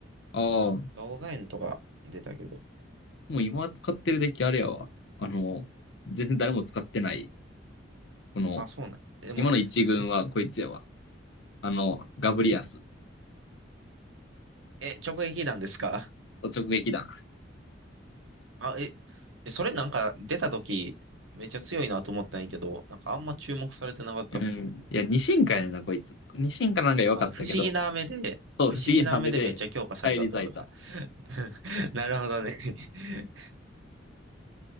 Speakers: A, on the left (about 65°); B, on the right (about 85°).
A: あ
B: ガオガエンとか出たけど。
A: もう今使ってるデッキあれやわ。あの、全然誰も使ってない。この、
B: あ、そうなん。でも、
A: 今の一軍はこいつやわ。あの、ガブリアス。
B: え、直撃弾ですか
A: 直撃弾。
B: <laughs> あ、え、えそれなんか出た時、めっちゃ強いなと思ったんやけど、なんかあんま注目されてなかったっぽくて。
A: うん。いや、二進化やねんな、こいつ。二進化なんか弱かったけど、
B: あ、不思議な目で、
A: そう、
B: 不思議な目でめっちゃ強化されたってことか。
A: 不思議な目で帰り咲いた。
B: <laughs> なるほどね。<laughs>